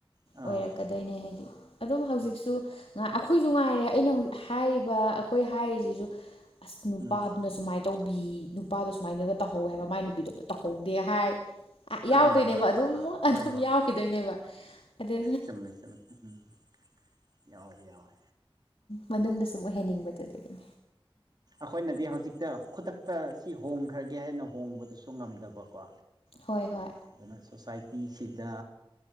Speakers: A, on the right (about 45°); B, on the left (about 75°).
A: ꯑꯥ
B: ꯑꯣꯏꯔꯛꯀꯗꯣꯏꯅꯦ ꯍꯥꯏꯗꯤ ꯑꯗꯨꯝ ꯍꯧꯖꯤꯛꯁꯨ
A: ꯎꯝ
B: ꯑꯈꯣꯏꯁꯨ ꯉꯥꯏꯔꯦ ꯑꯩꯅ ꯍ ꯍꯥꯏꯔꯤꯕ ꯑꯈꯣꯏ ꯍꯥꯏꯔꯤꯁꯤꯁꯨ ꯑꯁ ꯅꯨꯄꯥꯗꯨꯅ
A: ꯎꯝ
B: ꯁꯨꯃꯥꯏꯅ ꯇꯧꯕꯤ ꯅꯨꯄꯥꯗꯣ ꯁꯨꯃꯥꯏꯅꯒ ꯇꯧꯍꯧꯋꯦ ꯍꯥꯏꯕ ꯃꯥꯏ ꯅꯨꯄꯤꯗꯣ ꯑꯝꯇ ꯇꯧꯍꯧꯗꯦ ꯍꯥꯏ ꯑ
A: ꯑꯥ
B: ꯌꯥꯎꯗꯣꯏꯅꯦꯕ
A: ꯑꯥ ꯑꯥ
B: ꯑꯗꯨꯝ
A: ꯑꯥ
B: ꯑꯗꯨꯝ
A: ꯍꯣꯏ ꯍꯣꯏ
B: ꯌꯥꯎꯈꯤꯗꯣꯏꯅꯦꯕ
A: ꯍꯣꯏ
B: ꯑꯗꯨ
A: ꯆꯨꯝꯃꯦ ꯆꯨꯝꯃꯦ ꯎꯝ ꯌꯥꯎꯋꯦ ꯌꯥꯎꯋꯦ
B: ꯃꯅꯨꯡꯗ ꯁꯨꯝ ꯑꯣꯏꯍꯟꯅꯤꯡꯕꯗꯨꯅꯤ꯫
A: ꯑꯈꯣꯏꯅꯗꯤ ꯍꯧꯖꯤꯛꯇ ꯈꯨꯗꯛꯇ ꯁꯤ ꯍꯣꯡꯈ꯭ꯔꯒꯦ ꯍꯥꯏꯅ ꯍꯣꯡꯕꯗꯨꯁꯨ ꯉꯝꯗꯕꯀꯣ꯫
B: ꯍꯣꯏ ꯍꯣꯏ
A: ꯑꯗꯨꯅ ꯁꯣꯁꯥꯏꯇꯤꯁꯤꯗ